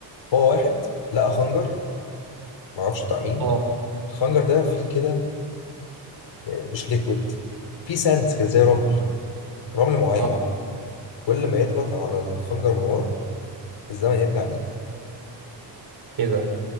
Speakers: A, on the left; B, on the right.
A: هو واحد لقى خنجر ما اعرفش بتاع مين
B: اه
A: الخنجر ده فيه كده آه، مش ليكويد فيه ساندز كده زي رمل رمل معين
B: اه
A: كل ما يضغط على الخنجر من ورا الزمن يرجع بيه
B: ايه ده